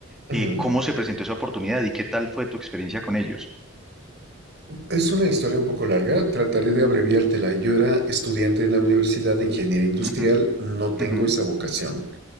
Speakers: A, on the right; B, in the centre.
A: Ujú.
B: Eh, ¿cómo se presentó esa oportunidad y qué tal fue tu experiencia con ellos?
A: Es una historia un poco larga, trataré de abreviártela. Yo era estudiante en la Universidad de Ingeniería Industrial,
B: Ujú,
A: no tengo
B: ujú,
A: esa vocación.